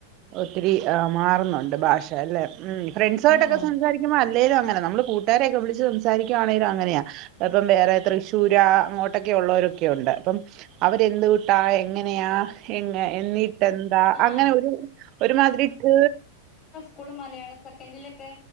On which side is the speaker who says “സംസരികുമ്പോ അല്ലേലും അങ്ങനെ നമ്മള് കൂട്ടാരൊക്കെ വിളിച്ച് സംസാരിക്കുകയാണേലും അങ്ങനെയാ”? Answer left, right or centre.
Right